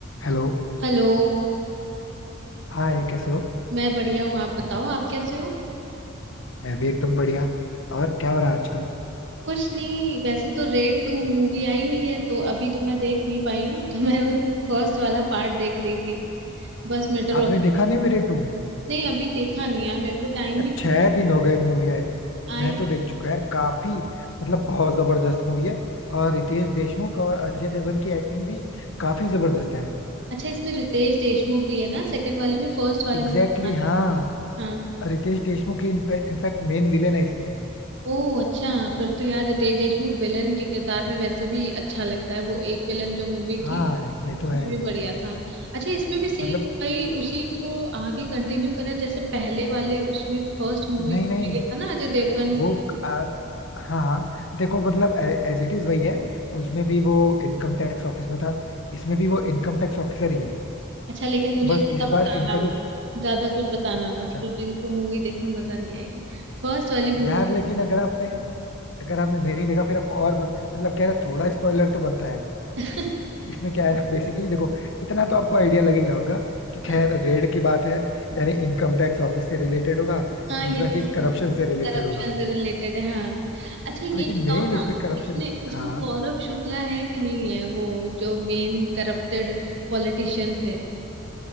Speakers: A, on the left; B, on the right.
A: Hello
B: Hello
A: Hi कैसे हो
B: मैं बढ़िया हूँ आप बताओ आप कैसे हो
A: मैं भी एकदम बढ़िया और क्या हो रहा है आजकल
B: कुछ नहीं वैसे तो रेड टू मूवी आई हुई है तो अभी तो मैं देख नहीं पाई हूँ तो मैं फर्स्ट वाला पार्ट देख रही थी बस मिडल
A: आपने
B: ऑफ
A: देखा
B: द
A: नहीं मेरे टू
B: नहीं अभी देखा नहीं यार मेरे को टाइम ही नहीं
A: छह दिन हो गए मूवी आए
B: आई
A: मैं तो देख चुका यार काफी मतलब बहुत जबरदस्त मूवी है और रितेश देशमुख और अजय देवगन की एक्टिंग भी काफी जबरदस्त है
B: अच्छा इसमें रितेश देशमुख भी है ना सेकंड वाले में फर्स्ट वाले
A: एग्जैक्टली
B: में तो था नहीं
A: exactly, हाँ
B: हाँ।
A: और रितेश देशमुख की इनफैक्ट मेन विलेन है इसमें
B: ओह अच्छा फिर तो यार रितेश देशमुख विलन के किरदार में वैसे भी अच्छा लगता है वो एक विलन जो मूवी
A: हाँ
B: थी
A: ये
B: उसमें
A: तो है
B: भी बढ़िया था अच्छा इसमें भी सेम
A: मतलब
B: भाई उसी को आगे कंटिन्यू करा है, जैसे पहले वाले उसमें फर्स्ट मूवी
A: नहीं नहीं
B: में ये था ना अजय देवगन
A: वो आ, हाँ हाँ देखो मतलब एज इट इज वही है उसमें भी वो इनकम टैक्स ऑफिस में था इसमें भी वो इनकम टैक्स ऑफिसर ही है
B: अच्छा लेकिन मुझे
A: बस
B: ज्यादा
A: इस बार
B: बताना
A: इनका
B: मत
A: जो
B: ज्यादा कुछ बताना मत
A: अच्छा
B: फिर मेरे को मूवी देखने में मजा नहीं आएगी फर्स्ट वाली मूवी
A: यार लेकिन अगर आपने अगर आपने नहीं देखा फिर आपको और मत- मतलब कह रहा थोड़ा स्पॉइलर तो बनता है
B: <laughs>
A: इसमें क्या है बेसिकली देखो इतना तो आपको आइडिया लग ही गया होगा कि खैर
B: हाँ
A: रेड की बात है यानी इनकम टैक्स ऑफिस से रिलेटेड होगा
B: हाँ
A: दूसरा
B: ये तो
A: चीज करप्शन
B: मैं
A: से रिलेटेड
B: करप्शन
A: होगा
B: से रिलेटेड है हाँ अच्छा ये
A: लेकिन
B: बताओ
A: मेन इसमें
B: ना
A: करप्शन
B: इसमें इसमें
A: हाँ
B: सौरभ शुक्ला है कि नहीं है वो जो मेन करप्टेड पॉलिटिशियन थे